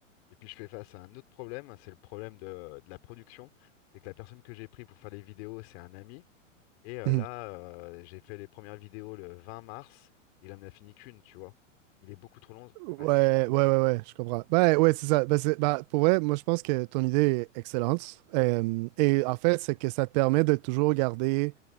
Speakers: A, on the left; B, on the right.
A: Et puis, je fais face à un autre problème, c'est le problème de, de la production. C'est que la personne que j'ai pris pour faire les vidéos, c'est un ami. Et euh,
B: Mhm.
A: là, euh, j'ai fait les premières vidéos le 20 mars. Il en a fini qu'une, tu vois. Il est beaucoup trop long.
B: Ouais,
A: Ouais,
B: ouais, ouais, ouais, je comprends. Ben, ouais, c'est ça. Ben, c'est- ben, pour vrai, moi, je pense que ton idée est excellente. Euh, et en fait, c'est que ça te permet de toujours garder